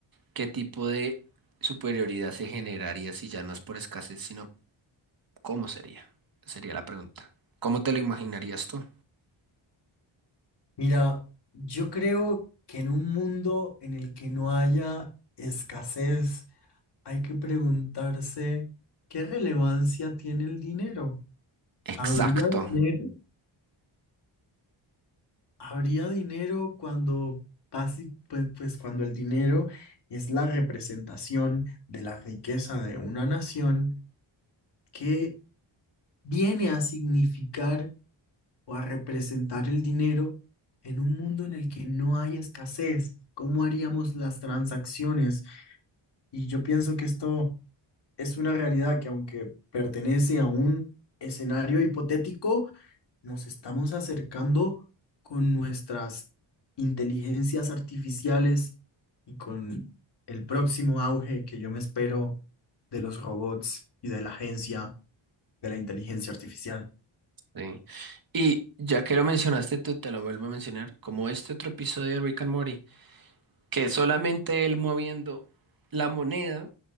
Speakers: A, on the right; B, on the left.
A: ¿qué tipo de superioridad se generaría si ya no es por escasez, sino cómo sería? Sería la pregunta. ¿Cómo te lo imaginarías tú?
B: Mira, yo creo que en un mundo en el que no haya escasez, hay que preguntarse qué relevancia tiene el dinero.
A: Exacto.
B: ¿Habría dinero? ¿Habría dinero cuando, basi- pues, pues cuando el dinero es la representación de la riqueza de una nación? que viene a significar o a representar el dinero en un mundo en el que no hay escasez? ¿Cómo haríamos las transacciones? Y yo pienso que esto es una realidad que aunque pertenece a un escenario hipotético, nos estamos acercando con nuestras inteligencias artificiales y con el próximo auge que yo me espero de los robots y de la agencia de la inteligencia artificial.
A: Sí. Y ya que lo mencionaste tú, te lo vuelvo a mencionar, como este otro episodio de Rick and Morty, que solamente él moviendo la moneda